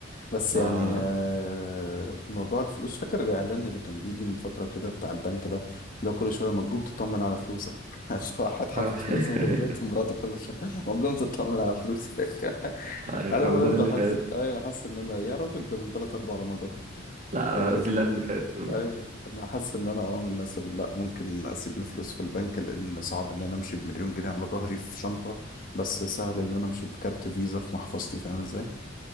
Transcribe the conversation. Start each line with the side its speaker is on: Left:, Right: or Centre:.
Left: بس
Right: ف
Left: يعني
Right: آه،
Left: آه، موضوع الفلوس فاكر الإعلان اللي كان بيجي من فترة كده بتاع البنك ده لو كل شوية ما تقوم تطمن على فلوسك <laughs> واحد حاطط
Right: <laughs>
Left: فلوسه في البيت ومراته كل شوية ما تقوم تطمن على فلوسك <laughs>
Right: آه،
Left: أنا
Right: رمضان
Left: برضه
Right: اللي فات
Left: حاسس أيوه حاسس إن أنا يا راجل ده من تلات أربع رمضانات
Right: لا
Left: إيه،
Right: قصدي اللي قبل اللي فات
Left: أيوه أنا حاسس إن أنا أه من الناس اللي لأ ممكن أسيب الفلوس في البنك لأن صعب إن أنا أمشي بمليون جنيه على ظهري في شنطة بس سهل إن أنا أمشي بكارت فيزا في محفظتي فاهم إزاي